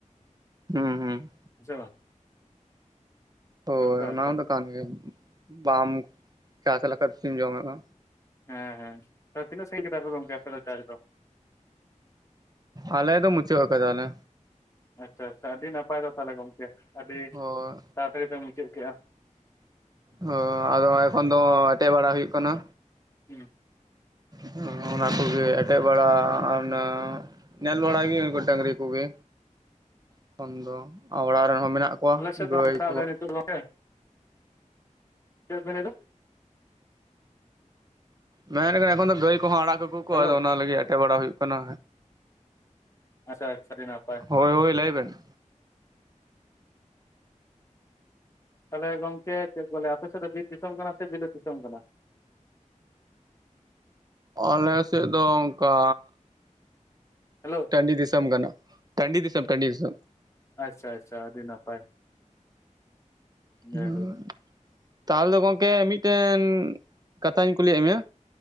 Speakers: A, on the right; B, on the left.
A: ᱦᱩᱸ ᱦᱩᱸ᱾
B: ᱦᱮᱸ ᱥᱮ ᱵᱟᱝ?
A: ᱦᱳᱭ
B: ᱚᱱᱠᱟ ᱵᱮᱯᱟᱨ
A: ᱚᱱᱟ ᱦᱚᱸᱛᱚ ᱠᱟᱱ ᱜᱮᱭᱟ, ᱵᱟᱢ ᱪᱟᱥ ᱞᱮᱠᱟᱡ ᱪᱤᱢ ᱡᱚᱢᱮᱜ-ᱟ
B: ᱦᱮᱸ ᱦᱮᱸ, ᱛᱚ ᱛᱤᱱᱟᱹᱜ ᱥᱟᱹᱜᱤᱧ ᱠᱮᱫᱟᱯᱮ ᱜᱚᱝᱠᱮ ᱟᱯᱮ ᱫᱚ ᱪᱟᱥ ᱫᱚ?
A: ᱟᱞᱮ ᱫᱚ ᱢᱩᱪᱟᱹᱜ ᱠᱟᱫᱟᱞᱮ᱾
B: ᱟᱪᱪᱷᱟ ᱟᱪᱪᱷᱟ ᱟᱹᱰᱤ ᱱᱟᱯᱟᱭ ᱫᱚ ᱛᱟᱦᱞᱮ ᱜᱚᱢᱠᱮ ᱟᱹᱰᱤ
A: ᱦᱳᱭ
B: ᱛᱟᱲᱟᱛᱟᱲᱤ ᱯᱮ ᱢᱩᱪᱟᱹᱫ ᱠᱮᱜ-ᱟ᱾
A: ᱦᱳ ᱟᱫᱚ ᱮᱠᱷᱚᱱ ᱫᱚ ᱮᱴᱮᱜ ᱵᱟᱲᱟ ᱦᱩᱭᱩᱜ ᱠᱟᱱᱟ᱾
B: ᱦᱩᱸ᱾
A: ᱦᱚᱸ ᱚᱱᱟ ᱠᱚᱜᱮ ᱮᱴᱮᱜ ᱵᱟᱲᱟ ᱟᱨ ᱚᱱᱟ ᱱᱮᱞ ᱵᱟᱲ ᱜᱮ ᱩᱱᱠᱩ ᱰᱟᱹᱝᱨᱤ ᱠᱚᱜᱮ ᱮᱠᱷᱚᱱ ᱫᱚ, ᱟᱨ ᱚᱲᱟᱜ ᱨᱮᱱ ᱦᱚᱸ ᱢᱮᱱᱟᱜ ᱠᱚᱣᱟ
B: ᱟᱞᱮ ᱥᱮᱫ ᱫᱚ
A: ᱜᱟᱹᱭ
B: ᱦᱟᱜ <unintelligible>
A: ᱠᱚ
B: ᱚᱱᱰᱮ ᱱᱤᱛᱚᱜ᱾ <unintelligible> ᱪᱮᱫ ᱵᱮᱱ ᱞᱟᱹᱭ ᱫᱟ?
A: ᱢᱮᱱᱮᱠᱷᱟᱱ ᱮᱠᱷᱚᱱ ᱫᱚ ᱜᱟᱹᱭ ᱠᱚᱦᱚᱸ ᱟᱲᱟᱜ ᱠᱟᱹᱠᱩᱣ ᱠᱚ
B: ᱦᱮᱞᱳ
A: ᱟᱫᱚ ᱚᱱᱟ ᱞᱟᱹᱜᱤᱫ ᱮᱴᱮᱜ ᱵᱟᱲᱟ ᱦᱩᱭᱩᱜ ᱠᱟᱱᱟ᱾
B: ᱟᱪᱷᱟ ᱟᱪᱪᱷᱟ ᱟᱹᱰᱤ ᱱᱟᱯᱟᱭ᱾
A: ᱦᱳᱭ ᱦᱳᱭ ᱞᱟᱹᱭ ᱵᱮᱱ?
B: ᱛᱟᱦᱞᱮ ᱜᱚᱝᱠᱮ ᱪᱮᱫ ᱵᱚᱞᱮ ᱟᱯᱮ ᱥᱮᱫ ᱫᱚ ᱵᱤᱨ ᱫᱤᱥᱚᱢ ᱠᱟᱱᱟ ᱥᱮ ᱵᱤᱞᱟᱹᱛ ᱫᱤᱥᱚᱢ ᱠᱟᱱᱟ?
A: ᱚᱞᱮ ᱥᱮᱜ ᱫᱚ ᱚᱝᱠᱟ
B: ᱦᱮᱞᱳ
A: ᱴᱟᱺᱰᱤ ᱫᱤᱥᱚᱢ ᱠᱟᱱᱟ, ᱴᱟᱺᱰᱤ ᱫᱤᱥᱚᱢ ᱴᱟᱺᱰᱤ ᱫᱤᱥᱚᱢ᱾
B: ᱟᱪᱷᱟ ᱟᱪᱷᱟ ᱟᱹᱰᱤ ᱱᱟᱯᱟᱭ᱾ ᱡᱟᱭᱦᱳᱠ
A: ᱦᱩᱸ ᱛᱟᱦᱚᱞᱮ ᱫᱚ ᱜᱚᱝᱠᱮ ᱢᱤᱫᱴᱮᱱ ᱠᱟᱛᱷᱟᱧ ᱠᱩᱞᱤᱭᱮᱜ ᱢᱮᱭᱟ᱾